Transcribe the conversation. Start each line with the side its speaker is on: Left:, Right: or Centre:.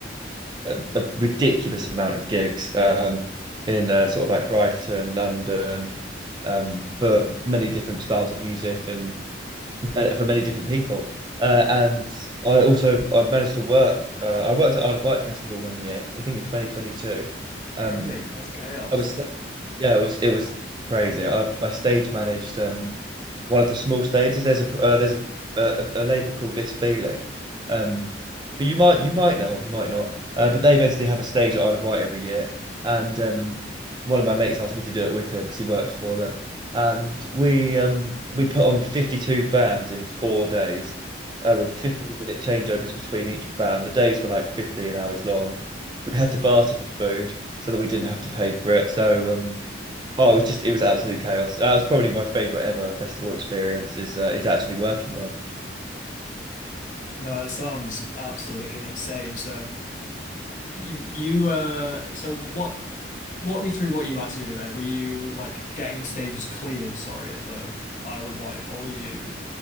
Right: a, a ridiculous amount of gigs um, in uh, sort of like Brighton, London, um, for many different styles of music and ma- for many different people. Uh, and I also I managed to work. Uh, I worked at Isle of Wight Festival one year, I think in 2022. Um,
Left: Really? That's chaos.
Right: I was Yeah, it was it was crazy. I, I stage managed um one of the small stages. There's a pr- uh, there's a, a a label called This Feeling, um, who you might you might know of, you might not. Uh, but they basically have a stage at Isle of Wight every year, and um, one of my mates asked me to do it with him because he works for them, and we um we put on 52 bands in four days, uh, with 15 minute changeovers between each band. The days were like 15 hours long. We had to barter for food so that we didn't have to pay for it. So um Oh, it was just it was absolute chaos. That was probably my favorite ever festival experience is uh, is actually working one.
Left: No, that sounds absolutely insane. So you, you uh so what walk me through what you had to do there. Were you like getting the stages cleared, sorry, at the Isle of Wight, or were you